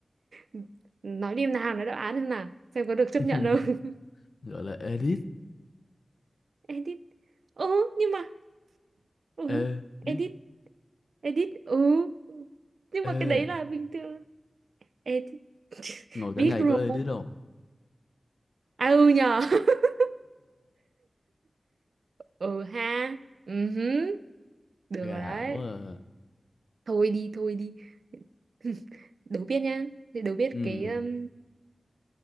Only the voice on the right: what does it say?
<laughs> nói đi em nào, nói đáp án xem nào. Xem có được chấp
nhận không.
<laughs> Edit. Ừ, nhưng mà ừ,
edit, edit. Ừ. Nhưng
mà cái đấy là bình thường. Edit. <laughs>
Biết
rồi.
À ừ nhờ. <laughs> ừ ha ừ hứ. được
rồi đấy
thôi đi thôi đi <laughs> đố biết nhá thì đố biết
cái um,